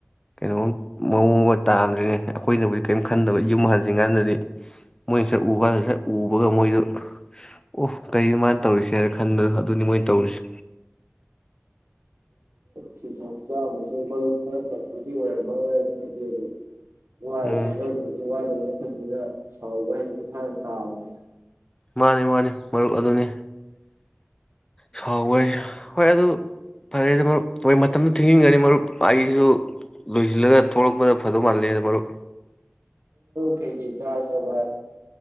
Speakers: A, on the left; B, on the right.
A: ꯀꯩꯅꯣꯝ ꯃꯑꯣꯡ ꯑꯃ ꯇꯥꯝꯗ꯭ꯔꯤꯅꯦ ꯑꯩꯈꯣꯏꯅꯕꯨꯗꯤ ꯀꯔꯤꯝ ꯈꯟꯗꯕ ꯌꯨꯝ ꯍꯟꯖꯤꯟ ꯀꯥꯟꯗꯗꯤ ꯃꯣꯏꯅ ꯁꯛ ꯎ ꯀꯥꯟꯗ ꯁꯛ ꯎꯕꯒ ꯃꯣꯏꯗꯨ ꯑꯣ ꯀꯔꯤꯅꯣ ꯃꯥꯅ ꯇꯧꯔꯤꯁꯦ ꯍꯥꯏꯅ ꯈꯟꯕꯗꯣ ꯑꯗꯨꯅꯤ ꯃꯣꯏꯅ ꯇꯧꯔꯤꯁꯦ
B: ꯁꯨ ꯆꯝꯁꯨ ꯃ ꯊꯤ ꯑꯣꯏ ꯑꯃꯔꯗꯤ ꯅ ꯑ ꯑꯗꯨ ꯋꯥꯔꯤꯁꯦ
A: ꯎꯝ
B: ꯃꯔꯗꯤ ꯋꯥꯗꯧꯅ ꯃꯇꯝꯗꯨꯅ ꯁꯥꯎꯕ ꯍꯥꯏꯁꯦ ꯃꯁꯥ ꯌꯥꯝ ꯇꯥꯕꯅꯤ
A: ꯃꯥꯅꯤ ꯃꯥꯅꯤ ꯃꯔꯨꯞ ꯑꯗꯨꯅꯤ ꯁꯥꯎꯕ ꯍꯥꯏꯁꯦ ꯍꯣꯏ ꯑꯗꯨ ꯐꯔꯦꯗ ꯃꯔꯨꯞ ꯍꯣꯏ ꯃꯇꯝꯗꯨ ꯊꯤꯡꯖꯤꯟꯒꯅꯤ ꯃꯔꯨꯞ ꯑꯩꯁꯨ ꯂꯣꯏꯁꯤꯜꯂꯒ ꯊꯣꯛꯂꯛꯄꯗ ꯐꯗꯧ ꯃꯥꯜꯂꯦꯗ ꯃꯔꯨꯞ
B: ꯀꯩ ꯀ ꯆꯁꯕ